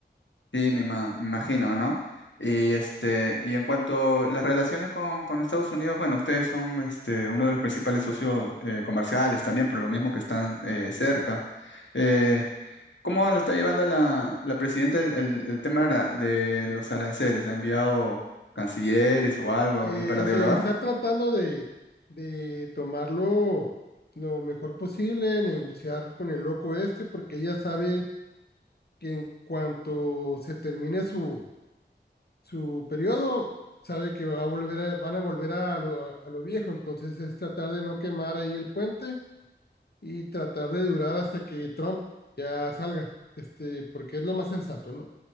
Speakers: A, on the left (about 80°); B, on the left (about 60°).
A: Sí, me, ima- me imagino, ¿no? Y este, y en cuanto a las relaciones con, con Estados Unidos, bueno, ustedes son este, uno de los principales socios eh, comerciales también, por lo mismo que están eh, cerca. Eh, ¿cómo lo está llevando la, la presidenta el, el- el tema de la- de los aranceles? ¿Ha enviado cancilleres o algo
B: Eh,
A: ahí para dialogar?
B: se está tratando de, de tomarlo lo mejor posible, negociar con el loco este, porque ella sabe que en cuanto se termine su, su periodo, sabe que va a volver a- van a volver a lo, a lo viejo, entonces es tratar de no quemar ahí el puente y tratar de durar hasta que Trump ya salga, este, porque es lo más sensato, ¿no?